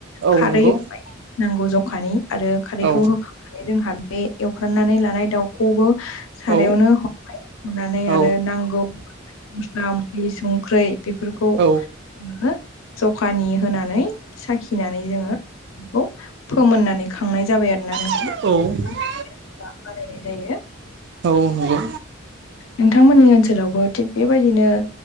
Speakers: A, on the right; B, on the left.
A: औ
B: खारै
A: नंगौ
B: होबाय नांगौ जखानि आरो खारैखौ
A: औ
B: होखां आरो जोंहा बे एवफ्रामनानै लानाय दाउखौबो सारायावनो
A: औ
B: हरबाय हनानै
A: औ
B: आरो नांगौ मस्ला मस्लि संख्रै बेफोरखौ
A: औ
B: ओ जखानि होनानै साखिनानै जोंङो बेखौ फोमोननानै खांनाय जाबाय आरोना नों
A: औ
B: बानायनाय जायो
A: औ नंगौ
B: नोंथांमोननि ओनसोलावबो थिग बेबायदिनो